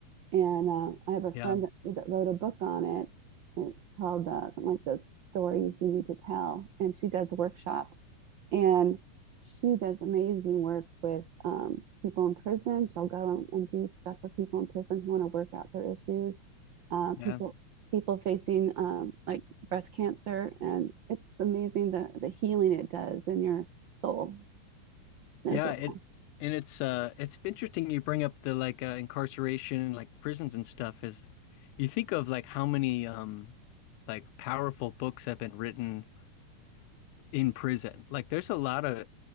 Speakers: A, on the right; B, on the left.
A: And uh, I have a friend
B: yeah,
A: that, that wrote a book on it. It's called uh, something like the stories you need to tell. And she does workshops and she does amazing work with um, people in prison. She'll go and do stuff with people in prison who want to work out their issues. Uh,
B: yeah,
A: people people facing um, like breast cancer, and it's amazing the the healing it does in your soul as
B: yeah.
A: well.
B: It and it's uh it's interesting you bring up the like uh, incarceration and like prisons and stuff is you think of like how many um like powerful books have been written in prison. Like there's a lot of